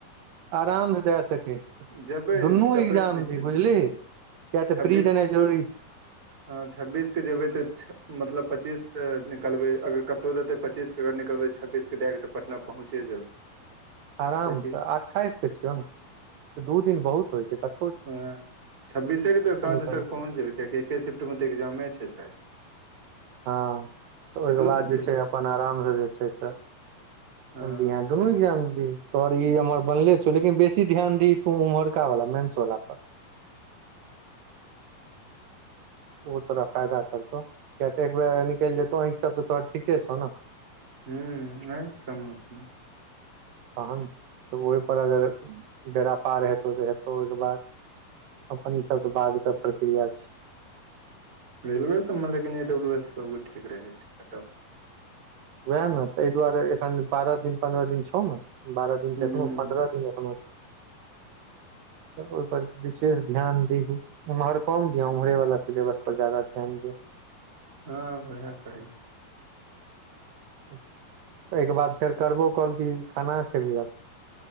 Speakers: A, on the right (about 75°); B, on the right (about 25°).
A: आरामसँ दए सकै छी
B: जेबै
A: दुनू
B: देबै
A: एग्जाम
B: निश्चिते
A: दिही बुझलीही किया तऽ
B: छब्बीस
A: प्री देनाइ जरूरी छै
B: हँ छब्बीस कऽ जेबै तऽ मतलब पच्चीस कऽ निकलबै अभि कतहु देतै पच्चीस कऽ अगर निकलबै छबीस दए कऽ तऽ पटना पहुँचे जेबै
A: आरामसँ
B: कियकि
A: अठाइस केँ छियौ नऽ दू दिन बहुत होइ छै कऽ
B: हँ छब्बीसे केँ तऽ साँझ
A: निकल
B: तक पहुँच जेबै कियकि एकेँ शिफ्टमे तऽ एग्जामे छै शायद
A: हँ तऽ ओहि
B: कि
A: केँ
B: दू
A: बाद
B: शिफ्ट
A: जे छै
B: मे
A: अपन आरामसँ जे छै से
B: हँ
A: दिहै दुनू एग्जाम दिही तोहर ई हमर बनले छौ लेकिन बेसी ध्यान दिही तू उम्हरका वाला मेन्स वला पर ओ तोरा फायदा करतौ किया तऽ एक बेर निकलि जेतौ आखि सब तऽ तोहर ठीके छौ नऽ
B: हूँ आखि सब मऽ तऽ नहि
A: तहन तऽ ओहिप अगर बेरा पार हेतौ तऽ हेतौ ओहि केँ बाद अपन ई सब त बाज के प्रक्रिया छी
B: रेलवे सब मऽ लेकिन ई डब्लू एस सब गोटे कऽ रहै छै कटप
A: वैह नऽ तहि दुआरे एखन बारह दिन पन्द्रह दिन छौ नऽ बारह दिन
B: हूँ
A: तखनो पन्द्रह दिन एखनो छै तऽ ओहि पर विशेष ध्यान दीही एम्हर कम दिय उम्हरे वाला सिलेबस पर जदा ध्यान दीही
B: हँ वहै करै छी
A: एहि केँ बाद फेर करबो कॉल की खाना खेबही आब